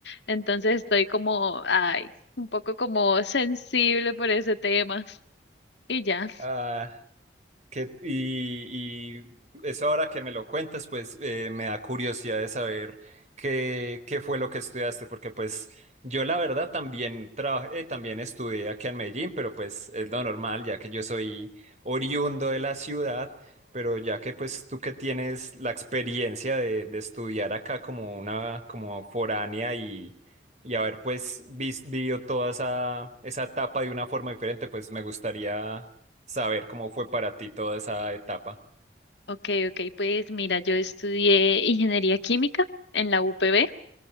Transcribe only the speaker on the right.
Ah, Que, y, y eso ahora que me lo cuentas, pues eh, me da curiosidad de saber qué, qué fue lo que estudiaste, porque pues yo la verdad también trabajé, eh, también estudié aquí en Medellín, pero pues es lo normal, ya que yo soy oriundo de la ciudad, pero ya que pues tú que tienes la experiencia de, de estudiar acá como una, como foránea y, y haber pues vis- vivido toda esa, esa etapa de una forma diferente, pues me gustaría saber cómo fue para ti toda esa etapa.